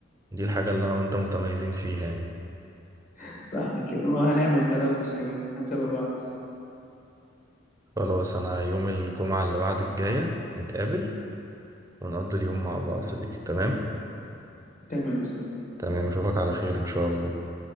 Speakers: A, on the right; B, on the left.
A: دي الحاجة اللي أنا وأنت متميزين فيها يعني
B: <laughs> صح كده وهنعمل تنافس كمان هنسابق بعض
A: خلاص أنا يوم الجمعة اللي بعد الجاية نتقابل ونقضي اليوم مع بعض يا صديقي تمام
B: تمام يا صديقي
A: تمام اشوفك على خير ان شاء الله